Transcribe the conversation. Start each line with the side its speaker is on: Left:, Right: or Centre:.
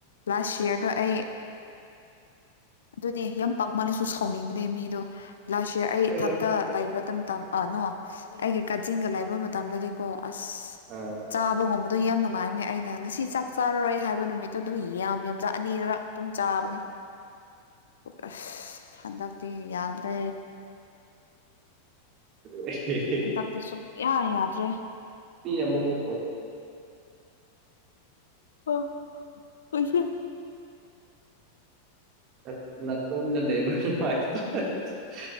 Left: ꯂꯥꯁ ꯌꯔꯗꯣ ꯑꯩ ꯑꯗꯨꯅꯦ ꯌꯥꯝ ꯄꯥꯡꯃꯜꯅꯁꯨ ꯁꯥꯎꯅꯤꯡꯕꯅꯦ ꯃꯤꯗꯣ ꯂꯥꯁ ꯌꯌꯥꯔ ꯑꯩ ꯏꯊꯟꯇ
Right: ꯑꯥ
Left: ꯂꯩꯕꯗ ꯑ ꯅꯣ ꯑꯩꯒꯤ ꯀꯥꯖꯤꯟꯒ ꯂꯩꯕ ꯃꯇꯝꯗꯗꯤ ꯀꯣ ꯑꯁ
Right: ꯑꯥ
Left: ꯆꯥꯕꯒꯨꯝꯕ ꯑꯗꯨ ꯌꯥꯝ ꯅꯨꯡꯉꯥꯏꯕꯅꯦ ꯑꯩꯅ ꯉꯁꯤ ꯆꯥꯛ ꯆꯥꯔꯔꯣꯏ ꯍꯥꯏꯕ ꯅꯨꯃꯤꯠꯇꯣ ꯑꯗꯨ ꯌꯥꯝ ꯌꯥꯝꯖ ꯑꯅꯤꯔꯛ ꯑꯗꯨꯝ ꯆꯥꯕꯅꯦ ꯑꯁ ꯍꯟꯗꯛꯗꯤ ꯌꯥꯗ꯭ꯔꯦ
Right: <unintelligible>
Left: ꯍꯟꯗꯛꯇꯤ ꯁꯨꯛꯌꯥ ꯌꯥꯗ꯭ꯔꯦ
Right: ꯃꯤ ꯌꯥꯝꯕꯒꯨꯝ
Left: ꯑꯣ ꯄꯩꯁꯦ
Right: ꯅꯅꯥꯇꯣꯝꯗ ꯂꯩꯕ <unintelligible>